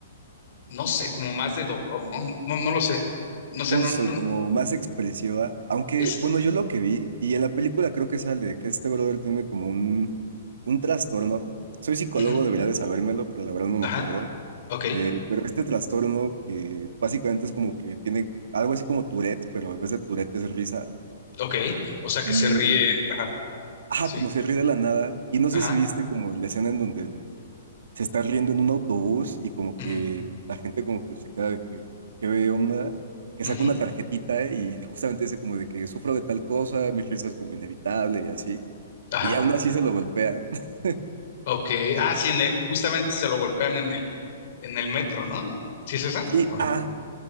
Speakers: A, on the left (about 40°); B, on the right (about 80°).
A: no sé, como más de dolor, ¿no? No, no, no lo sé. No sé,
B: Justo,
A: no, no,
B: como más expresiva, aunque,
A: es,
B: bueno, yo lo que vi, y en la película creo que sale, que este brother tiene como un, un trastorno. Soy psicólogo,
A: ujú,
B: debería de sabérmelo, pero la verdad no
A: ajá,
B: me acuerdo.
A: ok.
B: Eh, pero este trastorno que básicamente es como que tiene algo así como Tourette, pero en vez de Tourette es risa.
A: Ok, o sea
B: Y,
A: que se ríe. Ajá,
B: ajá,
A: sí.
B: como se ríe de la nada. Y no sé
A: Ajá.
B: si viste como la escena en donde se está riendo en un autobús y como que
A: ujú,
B: la gente como que se queda de que, ¿qué ve onda? Que
A: ujú,
B: saca una tarjetita y justamente dice como de que sufro de tal cosa, mi risa es como inevitable y así.
A: Ajá.
B: Y aún así se lo golpean. <laughs>
A: Ok. Ah, sí, en el- justamente se lo golpean en el, en el metro, ¿no? ¿Sí es esa?
B: Sí,
A: ¿O no?
B: ah,